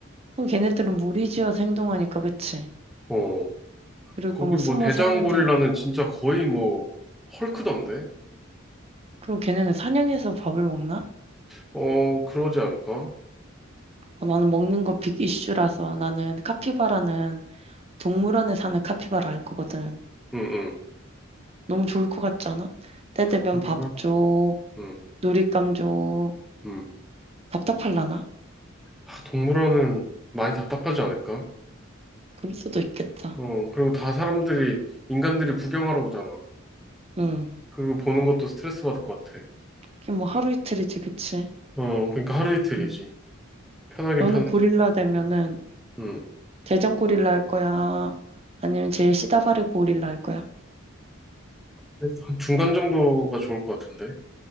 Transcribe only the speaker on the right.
그럼 걔네들은 무리지어서 행동하니까, 그치?
그리고
뭐
숨어
살면
되고.
그럼 걔네는 사냥해서 밥을 먹나?
어, 나는 먹는 거 빅 이슈라서 나는 카피바라는 동물원에 사는 카피바라 알 거거든.
너무 좋을 것 같지 않아? 때 되면
밥 줘,
놀잇감 줘,
답답할라나?
그럴 수도 있겠다.
응.
이게 뭐 하루 이틀이지, 그치?
응.
너는
고릴라 되면은
대장 고릴라 할 거야? 아니면 제일 시다바리 고릴라 할 거야?